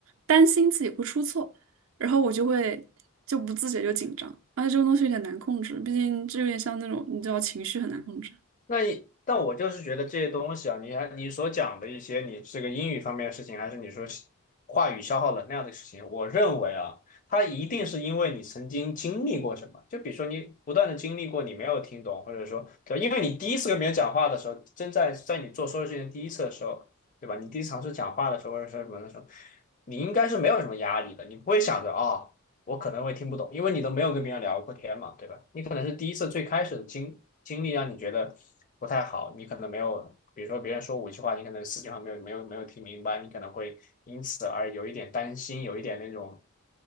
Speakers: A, on the right (about 60°); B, on the left (about 35°).
A: 担心自己会出错，然后我就会就不自觉就紧张，而且这个东西有点难控制，毕竟这有点像那种你知道情绪很难控制。
B: 那一但我就是觉得这些东西啊，你还你所讲的一些，你这个英语方面的事情，还是你说是话语消耗能量的事情，我认为啊，它一定是因为你曾经经历过什么。就比如说你不断的经历过，你没有听懂，或者说对吧因为你第一次跟别人讲话的时候，正在在你做所有事情的第一次的时候，对吧？你第一次尝试讲话的时候，或者说什么的时候，你应该是没有什么压力的，你不会想着啊。我可能会听不懂，因为你都没有跟别人聊过天嘛，对吧？你可能是第一次最开始的经经历让你觉得不太好，你可能没有，比如说别人说五句话，你可能四句话没有没有没有听明白，你可能会因此而有一点担心，有一点那种